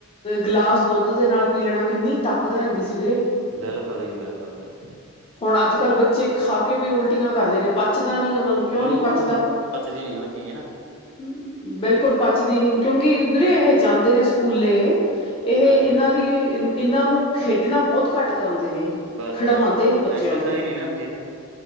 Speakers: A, on the left; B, on the right.
A: ਗਲਾਸ ਦੁੱਧ ਦੇ ਨਾਲ ਪੀ ਲੈਣਾ ਕਿੰਨੀ ਤਾਕਤ ਰਹਿੰਦੀ ਸੀ ਵੀਰੇ।
B: ਬਿਲਕੁਲ ਜੀ ਬਿਲਕੁਲ ਬਿਲਕੁਲ।
A: ਹੁਣ ਅੱਜ ਕੱਲ੍ਹ ਬੱਚੇ ਖਾ ਕੇ ਵੀ ਉਲਟੀਆਂ ਕਰਦੇ ਨੇ ਪਚਦਾ ਨੀ ਉਹਨਾਂ ਨੂੰ ਕਿਉਂ
B: ਨਹੀਂ
A: ਨੀ
B: ਉਹ
A: ਪਚਦਾ?
B: ਹੁਣ ਪਚਦੀ ਨੀ ਉਹ ਚੀਜ਼ ਨਾ
A: ਹੂੰ ਬਿਲਕੁਲ ਪਚਦੀ ਨੀ ਕਿਉਂਕਿ ਵੀਰੇ ਇਹ ਜਾਂਦੇ ਨੇ ਸਕੂਲੇ ਇਹ ਇਹਨਾਂ
B: ਹਾਂਜੀ,
A: ਦੀ ਇਹਨਾਂ ਨੂੰ ਖੇਡਣਾ ਬਹੁਤ ਘੱਟ ਕਰਾਉਂਦੇ ਨੇ।
B: ਬਸ
A: ਖਿਡਵਾਉਂਦੇ
B: ਬਸ
A: ਨੀ ਬੱਚਿਆਂ
B: ਐਕਸਰਸਾਈਜ਼
A: ਨੂੰ
B: ਨੀ ਨਾ ਹੁੰਦੀ ਇਹਨਾਂ ਦੀ।